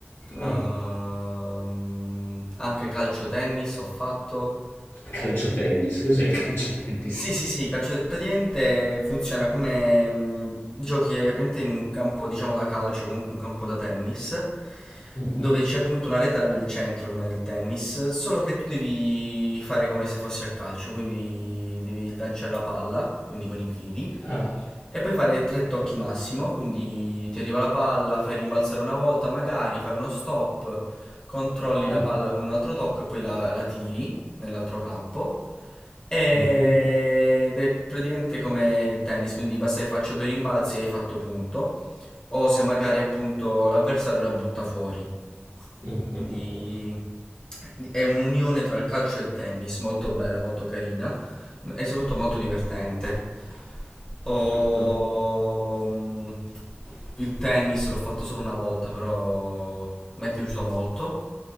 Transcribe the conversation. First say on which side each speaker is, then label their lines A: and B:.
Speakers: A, on the left; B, on the left.
A: ehm,
B: Ah,
A: anche calcio tennis ho fatto,
B: calcio tennis, cos'è il calcio tennis?
A: sì, sì, sì, calcio... praticamente funziona come mh, giochi eh, praticamente in un campo, diciamo, da calcio, comunque un campo da tennis,
B: Mhm.
A: dove c'è appunto una rete al centro, come nel tennis, solo che tu devi fare come se fossi a calcio, quindi devi lanciare la palla, quindi con i piedi,
B: Ah,
A: e puoi fare tre tocchi massimo, quindi ti arriva la palla, fai rimbalzare una volta magari, fai uno stop, controlli
B: ah.
A: la palla con un altro tocco e poi la, la tiri nell'altro campo. Ed
B: Mhm.
A: è praticamente come il tennis, quindi basta che faccia due rimbalzi e hai fatto punto. O se magari appunto l'avversario la butta fuori.
B: Mhm.
A: Quindi
B: Ho
A: è un'unione tra il calcio e il tennis, molto bella, molto carina e soprattutto molto divertente. Ho-
B: Capito.
A: mm, Il tennis l'ho fatto solo una volta, però mi è piaciuto molto.